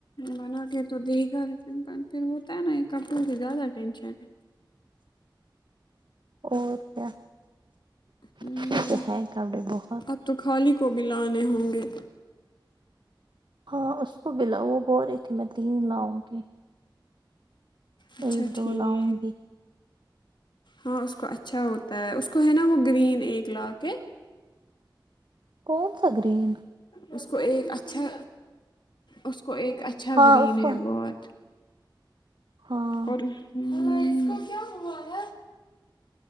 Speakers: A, on the left; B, on the right.
A: بنا کے تو دے گا لیکن پھر ہوتا ہے نا ایک کپڑوں کی زیادہ ٹینشن ہے
B: اور کیا
A: ہوں،
B: کیونکے ہے کپڑے بہت
A: اب تو خالی کو بھی لانے ہوں گے
B: ہاں اس کو بھی لاؤ وہ بول رہی تھی میں تین لاؤں گی
A: اچھا
B: ایک
A: ٹھیک
B: دو لاؤں گی
A: ہاں اس کو اچھا ہوتا ہے اس کو ہے نا وہ گرین ایک لا کے
B: کونسا گرین
A: اس کو ایک اچھا اس کو ایک ا چھا
B: ہاں
A: گرین
B: اس کو
A: ہے بہت
B: ہاں
A: اور ہوں اسکو کیا ہوا ہے